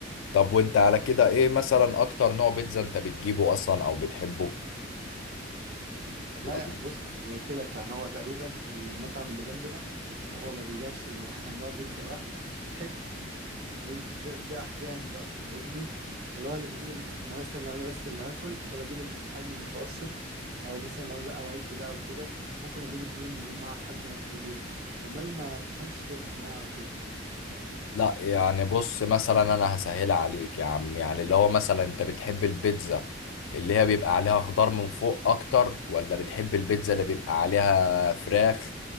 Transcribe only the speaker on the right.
والله
بص زي ما قلت لك يعني هو تقريبا المطعم اللي جنبنا هو ما بيبيعش إلا <laughs> نوع بيتزا واحد ب- ب- باحجام بقى فاهمني اللي هو انا بجيب ال- لو مثلا لو انا بس اللي هاكل فبجيب الحجم المتوسط او مثلا لو انا بقى وعيلتي بقى وكده ممكن اجيب اتنين من اللي هم حجمهم كبير امال ما بفهمش في الانواع وكده